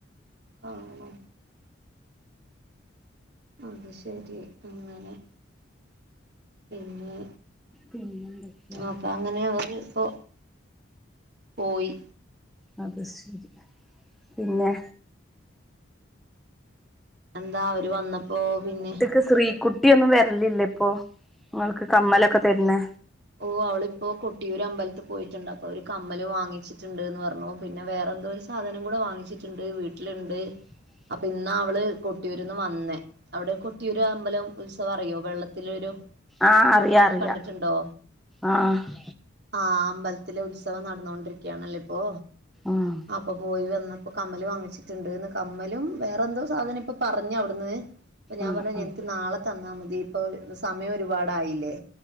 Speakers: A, on the right; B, in the centre.
A: ആണോ അത് ശരി അങ്ങനെ പിന്നെ
B: പിന്നെന്തൊക്കെയാ
A: ആപ്പ അങ്ങനെ അവര് ഇപ്പോ പോയി
B: അത് ശരി പിന്നെ
A: എന്താ അവര് വന്നപ്പോ പിന്നെ
B: ക്‌ ശ്രീകുട്ടിയൊന്നും വര്ലില്ലേ ഇപ്പൊ ഇങ്ങൾക്ക് കമ്മലൊക്കെ തര്ണേ
A: ഓ അവളിപ്പോ കൊട്ടിയൂര് അമ്പലത്ത് പോയിറ്റ്ണ്ട് അപ്പൊ ഒര് കമ്മല് വാങ്ങിച്ചിട്ട്ണ്ട് ന്ന് പർണുപിന്നെ വേറെ എന്തോ ഒരു സ സാധനം കൂട വാങ്ങിച്ച്ട്ട്ണ്ട് വീട്ട്ല്ണ്ട്
B: ഉ
A: അപ്പ ഇന്നാഅവള് കൊട്ടിയൂര്ന്ന് വന്നേ അവടെ കൊട്ടിയൂര് അമ്പലം ഉത്സവ അറിയോ വെള്ളത്തിലൊരു
B: ആഹ്
A: ഫോണിലൊക്കെ
B: അറിയ അറിയ
A: കണ്ട്ട്ട്ണ്ടോ
B: ആഹ്
A: ആഹ് അമ്പലത്തിലെ ഉത്സവം നടന്നൊണ്ടിരികയാണല്ലോ ഇപ്പോ
B: ആഹ്
A: അപ്പൊ പോയി വന്നപ്പോ കമ്മല് വാങ്ങിച്ചി ണ്ട്ന്ന് കമ്മലും വേറെ എന്തോ സാധനം ഇപ്പൊ പറഞ്ഞ അവ്ട്ന്ന് പ്പ ഞാപറഞ്ഞു
B: ആഹ് ആഹ്
A: എനിക്ക് നാള തന്നാ മതി ഇപ്പൊ സമയം ഒരുപാടായില്ലേ